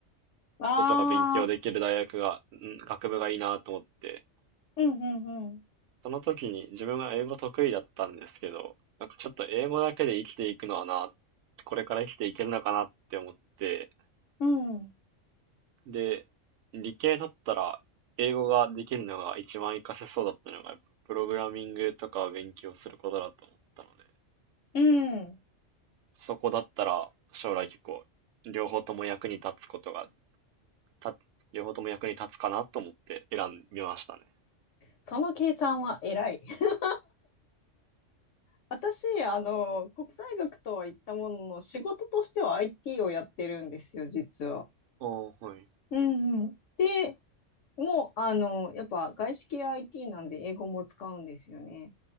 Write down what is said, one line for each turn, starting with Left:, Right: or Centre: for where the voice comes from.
Left: ああ、
Right: ことが勉強できる大学が、ん学部がいいなと思って、
Left: うん、うん、うん、
Right: その時に自分が英語得意だったんですけど、なんかちょっと英語だけで生きていくのはな、これから生きていけるのかなって思って、
Left: うん、
Right: で、理系だったら英語ができるのが一番活かせそうだったのが、やっぱプログラミングとかを勉強することだと思ったので、
Left: うん。
Right: そこだったら将来結構両方とも役に立つことが、た、両方とも役に立つかなと思って選びましたね。
Left: その計算は偉い。<laughs> 私、あの、国際学とは言ったものの、仕事としては IT をやってるんですよ、実は。
Right: ああ、はい。
Left: うんうん。で、もう、あの、やっぱ外資系 IT なんで英語も使うんですよね。